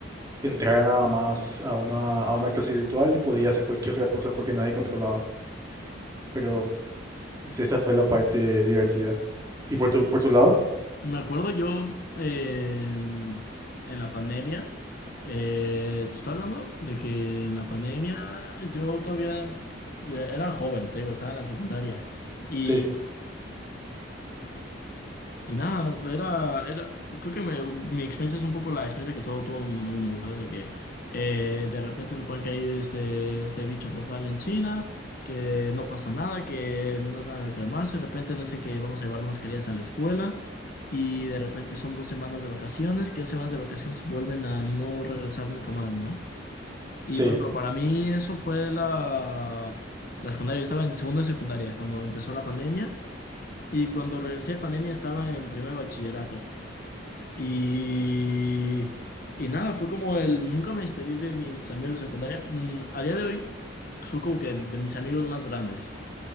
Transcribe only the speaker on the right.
entrar nada más a una, a una clase virtual y podía hacer cualquier otra cosa porque nadie controlaba. Pero sí, esa fue la parte divertida. ¿Y por tu, por tu lado?
Sí,
sí,